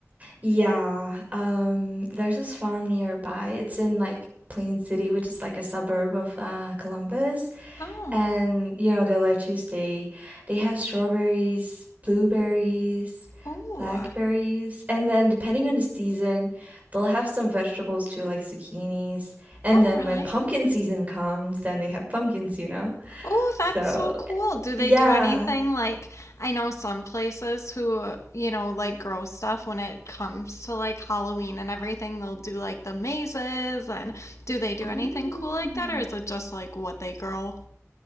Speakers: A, on the right (about 30°); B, on the left (about 70°).
A: Yeah, um, there's this farm nearby. It's in like Plain City, which is like a suburb of uh, Columbus.
B: Oh,
A: And you know, they let you stay. They have strawberries, blueberries,
B: oh,
A: blackberries, and then depending on the season, they'll have some vegetables too, like zucchinis. And
B: oh,
A: then
B: really?
A: when pumpkin season comes, then they have pumpkins, you know?
B: Oh, that's
A: So,
B: so cool. Do
A: yeah.
B: they do anything like I know some places who, you know, like grow stuff when it comes to like Halloween and everything, they'll do like the mazes and do they do
A: Mm.
B: anything cool like that or is it just like what they grow?